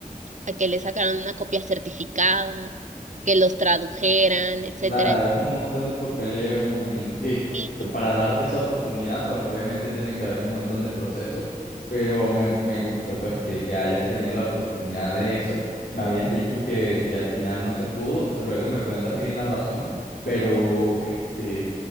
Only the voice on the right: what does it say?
a que le sacaran una copia certificada, que los tradujeran, etcétera.
Entonces,
y-